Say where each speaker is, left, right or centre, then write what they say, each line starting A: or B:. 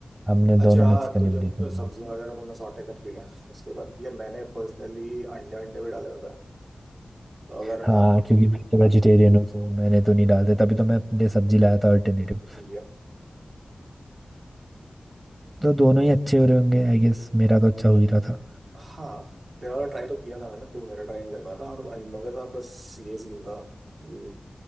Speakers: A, on the right; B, on the right.
A: हमने
B: अच्छा
A: दोनों मिक्स
B: हाँ
A: करनी
B: तो जब
A: पड़ी थी
B: सब्जियां वगैरह मैंने सॉटे कर लिया उसके बाद यार मैंने पर्सनली अंडे अंडे भी डाले होते हैं तो अगर
A: हाँ
B: आप
A: क्योंकि मैं तो वेजिटेरियन हूँ तो मैंने तो नहीं डालते तभी तो मैं अपने लिए सब्जी लाया था अल्टरनेटिव
B: ये
A: तो दोनों ही अच्छे हो रहे होंगे आई गेस मेरा तो अच्छा हो ही रहा था
B: हाँ तेरा वाला ट्राई तो किया था मैंने तू मेरा ट्राई नहीं कर पाया था और अंडों के साथ बस ये सीन था ये